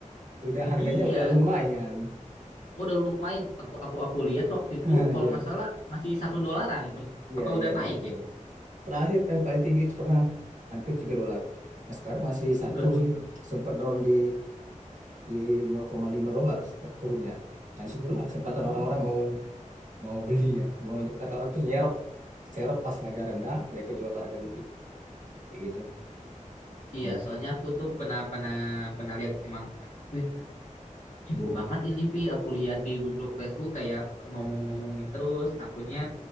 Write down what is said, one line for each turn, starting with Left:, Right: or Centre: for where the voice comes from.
Right: udah harganya
Left: iya
Right: udah lumayan <laughs>
Left: udah lumayan aku aku aku lihat waktu itu
Right: Ah,
Left: kalau
Right: ya,
Left: nggak salah masih satu dolaran Ben-
Right: iya
Left: apa
Right: iya
Left: udah
Right: iya.
Left: naik ya
Right: terakhir yang paling tinggi itu pernah hampir tiga dolar nah sekarang masih satu
Left: tiga dolar
Right: sih sempat down di di nol koma lima dolar sempat turunnya nah disitulah kesempatan
Left: Hmm.
Right: orang-orang mau mau beli ya mau kata orang tuh nyerok serok pas harga rendah mereka jual pas harga tinggi kayak gitu
Left: Iya,
Right: Mm.
Left: soalnya aku tuh pernah pernah pernah lihat emang, wih Heboh banget ini Pi, aku lihat di grup-grup Facebook kayak ngomong-ngomongin terus, akunya